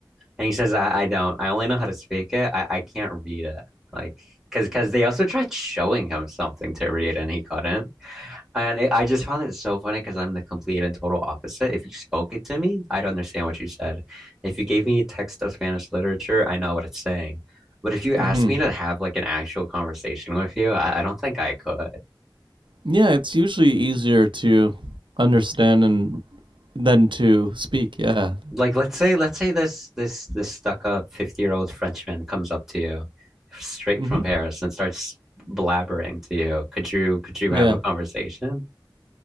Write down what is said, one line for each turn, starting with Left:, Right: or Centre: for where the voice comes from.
Centre: And he says, I, I don't. I only know how to speak it. I, I can't read it. Like, cause cause they also tried showing him something to read and he couldn't. And it, I just found it so funny because I'm the complete and total opposite. If you spoke it to me, I'd understand what you said. If you gave me a text of Spanish literature, I know what it's saying. But if you asked
Right: hmm
Centre: me to have like an actual conversation with you, I, I don't think I could.
Right: Yeah, it's usually easier to understand and than to speak. Yeah.
Centre: like let's say let's say this this this stuck up 50 year old Frenchman comes up to you straight
Right: hmm
Centre: from Paris and starts blabbering to you. Could you could you
Right: Yeah.
Centre: have a conversation?